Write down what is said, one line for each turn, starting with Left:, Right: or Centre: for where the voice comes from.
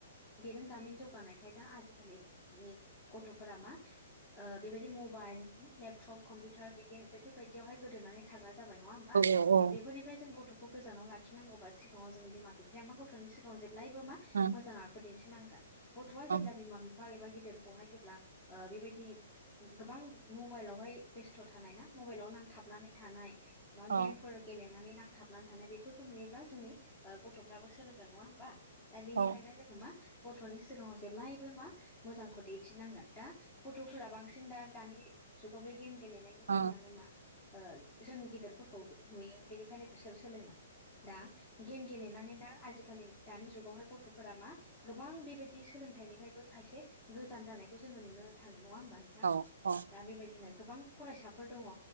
Left: बेरोंदामिन जौगानायखाय दा आजिखालिनि गथ'फोरा मा बेबायदि मबाइल लेपटप कम्पिउटारे बेफोरबायदियावहाय गोदोनानै थाग्रा जाबाय नङा होनबा
Right: औ औ औ
Left: बेफोरनिफ्राय जों गथखौ गोजानाव लाखिनांगौवबा सिगां सिाव जोंनि बिमा बिफाया मा गथ'नि सिगाङाव जे्लायबो मा
Right: ओं
Left: मोजां आखु दिन्थिनांगोन । गथ'आ
Right: ओं
Left: जेब्ला बिमा बिफा एबा गिदिरखौहाय जेब्ला बेबायदि गोबां मबाइलावहाय बेस्थ' थानाय ना मबाइलाव नांथाबनानै थानाय बा
Right: औ
Left: गेमफोर गेलेनानै नांथाबनानै थानाय बेफोरखौ नुयोब्ला जोंनि गथ'फ्राबो सोलोंगदों नङा होमबा दा बेनिखायनो
Right: औ
Left: जोङो मा गथ'नि सिगाङाव जेब्लायबो मा मोजांखौ दिन्थिनांगोन दा गथ'फोरा बांसिन दा दानि जुगाव बे गेम गेलेनायनि जाहोनानो
Right: ओं
Left: मा जों गिदिरफोरखौ नुयो बेनिखायनो बिसोर सोलोङो दा गेम गेलेनानै दा आजिखालि दानि जुगावहाय गथ'फोरा मा गोबां बेबायदि सोलोंथाइनिफ्रायबो खायसे गोजान जानायखौ जोङो नुनो थाङो नङा होमबा नोंथां
Right: औ औ
Left: दा बेबायदिनो गोबां फरायसाफोर दङ